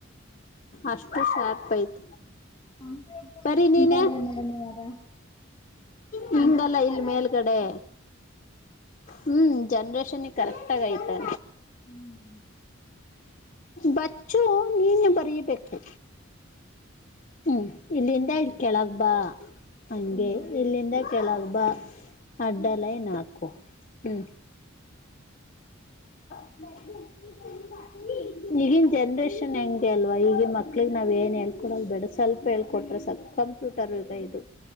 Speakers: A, on the left; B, on the left.
A: ಅಷ್ಟು ಶಾರ್ಪ್ ಐತ್.
B: <inaudible>
A: ಬರಿ
B: ಇದೆ ಅಂತಾರಲ್ಲ
A: ನೀನೆ
B: ಮೇಡಮ್ ಇವಾಗ
A: ಹಿಂಗಲ್ಲ
B: ಕಂಪ್ಯೂಟರ್ ಕಾಲ
A: ಇಲ್ ಲ್ ಮೇಲ್ಗಡೆ
B: ಅಂತ ಮಕ್ಳಿಗೆ
A: ಹ್ಮ್ ಜನ್ರೇಷನ್ಗೆ ಕರೆಕ್ಟ್ ಆಗ ಐತೆ.
B: ಹ್ಮ್
A: ಬಚ್ಚು ನೀನು ಬರೀಬೇಕು. ಹ್ಮ್ ಇಲ್ಲಿಂದ ಕೆಳಗ್ ಬಾ ಹಂಗೆ ಇಲ್ಲಿಂದ ಕೆಳಗ್ ಬಾ. ಅಡ್ಡ ಲೈನಾಕು ಹ್ಮ್. <unintelligible>
B: <inaudible>
A: ಈಗಿನ ಜನ್ರೇಷನ್ ಹೆಂಗೆ ಅಲ್ವಾ ಈಗಿನ ಮಕ್ಳಿಗೆ ನಾವು ಏನು ಹೇಳ್ಕೊಡೋದು ಬೇಡ ಸ್ವಲ್ಪ ಹೇಳ್ಕೊಟ್ರೆ ಸಾಕ್ ಕಂಪ್ಯೂಟರ್ ಯುಗ ಇದು